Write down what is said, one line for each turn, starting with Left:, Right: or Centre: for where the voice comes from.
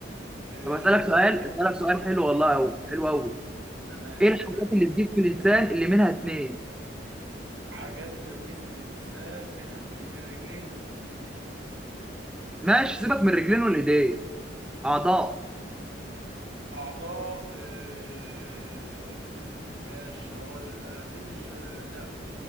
Right: آه،
Centre: طب اسالك
Right: دورك
Centre: سؤال
Right: انت بقى
Centre: اسالك سؤال حلو والله قوي حلو قوي
Right: تمام
Centre: ايه الحاجات
Right: تمام
Centre: اللي بتجيب في الانسان اللي منها اتنين
Right: حاجات اللي في جسم الإنسان منها اتنين الرجلين
Centre: ماشي سيبك من رجلين والايدين اعضاء
Right: أعضاء آه، ماشي هقول أكيد مش آه، لا